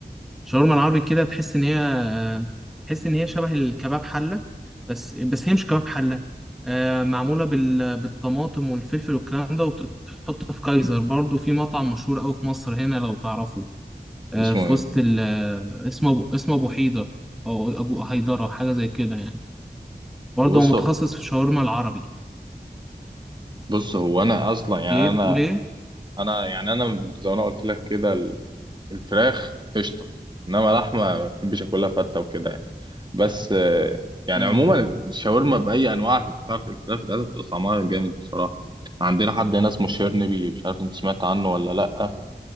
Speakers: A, in the centre; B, on the right (about 25°).
A: الشاورما العربي كده تحس ان هي تحس ان هي شبه الكباب حله بس بس هي مش كباب حله آه، معموله بال... بالطماطم والفلفل والكلام ده وبتتحط في كايزر برضو في مطعم مشهور قوي في مصر هنا لو تعرفه آه،
B: اسمه
A: في
B: إيه
A: وسط ال... آه، اسمه أبو... اسمه ابو حيدر او ابو هيدره حاجه زي كده يعني برضو
B: بص
A: هو متخصص في الشاورما العربي
B: بص هو أنا أصلا يعني
A: ايه
B: أنا
A: بتقول ايه
B: أنا يعني أنا زي ما أنا قلت لك كده ال- الفراخ قشطة إنما لحمة ما بحبش آكلها فتة وكده يعني. بس آه، يعني
A: امم
B: عموما الشاورما باي انواعها بتاعت الفراخ بتاعتها بتبقى طعمها جامد بصراحه عندنا حد هنا اسمه شيرنبي مش عارف انت سمعت عنه ولا لا